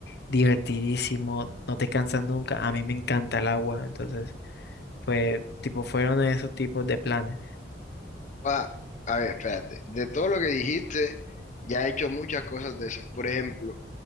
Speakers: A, on the left; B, on the left.
A: divertidísimo, no te cansas nunca. A mí me encanta el agua, entonces... Fue, tipo, fueron esos tipos de planes.
B: Joda, a ver, espérate. De todo lo que dijiste, ya he hecho muchas cosas de esas. Por ejemplo,